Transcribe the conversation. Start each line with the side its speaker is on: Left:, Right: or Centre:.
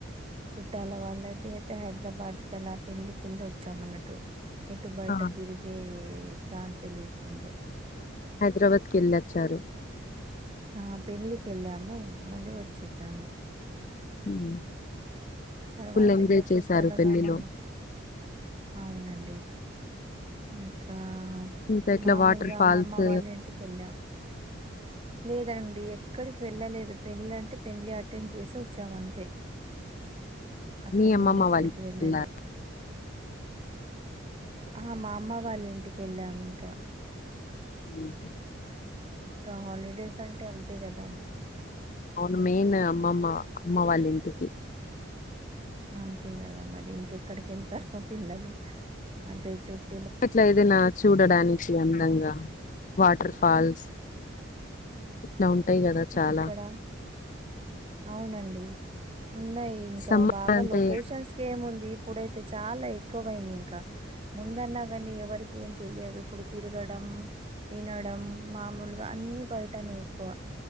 Right: చుట్టాల వాళ్ళయితే అయితే <unintelligible> హైదరాబాద్ కి అలా పెళ్ళకి వెళ్ళి వచ్చామన అన్నట్టు ఎటు బయట
Left: ఆ
Right: తిరిగే చాన్స్ ఏ లేకుండే
Left: హైదరాబాద్ కి యేళ్ళాచ్చారు
Right: ఆ పెండ్లీకి వెళ్ళాము మళ్ళీ వచ్చేసాము
Left: ఉహు
Right: తర్వాత
Left: ఫుల్ ఎంజాయ్
Right: ఇంకా
Left: చేశారు
Right: చుట్టాలలో
Left: పెళ్లిలో
Right: అమ్మమ్మ అవునండి ఇంకా
Left: ఇంకా ఇట్లా
Right: మామూలుగా
Left: వాటర్ ఫాల్స్
Right: అమ్మమ్మ వాళ్ళ ఇంటికి వెళ్ళాం లేదండి ఎక్కడికి వెళ్ళలేదు పెళ్ళ అంటే పెళ్లి అటెండ్ చేసి వచ్చాం అంతే అక్కడ
Left: మీ అమ్మమ్మ
Right: నుండి ఎక్కడికి
Left: వాళ్ళ
Right: వెళ్ళలే
Left: వెళ్ళారు
Right: ఆ మా అమ్మ వాళ్ళ ఇంటిక వెళ్ళాము ఇంకా
Left: <unintelligible>
Right: ఇంకా హాలిడేస్ అంటే అంతే కదా
Left: అవును మెయిన్ అమ్మమ్మ అమ్మ వాళ్ళ ఇంటికి
Right: అంతే కదా మరి ఇంకెక్కడికి వెళ్తారు పిల్లలు అదే చుట్ట
Left: అట్లా ఏదైనా చూడడానికి అందంగా వాటర్ ఫాల్స్ ఇట్లా ఉంటాయి కదా చాలా
Right: ఎక్కడ అవునండి ఉన్నాయి ఇంకా
Left: సమ్మర్
Right: బాగా
Left: అంటే
Right: లొకేషన్స్ క ఏముంది ఇప్పుడైతే చాలా ఎక్కువ అయింది ఇంకా ముందన్నా కానీ ఎవరిక ఏం తెలియదు ఇప్పుడు తిరగడం తినడం మామూలు అన్ని బయటనే ఎక్కువ